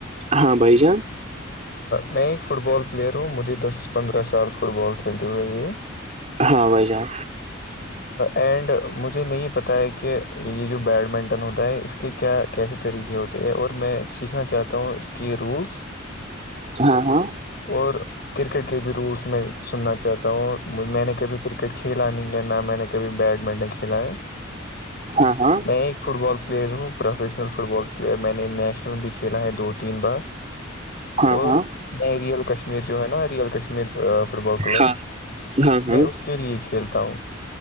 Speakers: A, on the right; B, on the left.
A: ہاں بھائی جان
B: میں ایک فٹ بال پلیئر ہوں مجھے دس پندرہ سال فٹ بال کھیلتے ہوئے ہے
A: ہاں بھائی جان
B: اینڈ مجھے نہیں پتا ہے کہ یہ جو بیڈمنٹن ہوتا ہے اس کہ کیا کیسے طریقے ہوتے ہیں اور میں سیکھنا چاہتا ہوں اس کے رولس
A: ہاں ہاں
B: اور کرکٹ کے بھی رولس میں سننا چاہتا ہوں میں نے کبھی کرکٹ کھیلا نہیں ہے نہ میں نے کبھی بیڈمنٹن کھیلا ہے
A: ہاں ہاں
B: میں ایک فٹ بال پلیئر ہوں professional football player میں نے نیشنل بھی کھیلا ہے دو تین بار اور
A: ہاں ہاں
B: میں ریئل کشمیر جو ہے نا real Kashmir football club
A: ہاں ہاں ہاں
B: میں اس کے لیے کھیلتا ہوں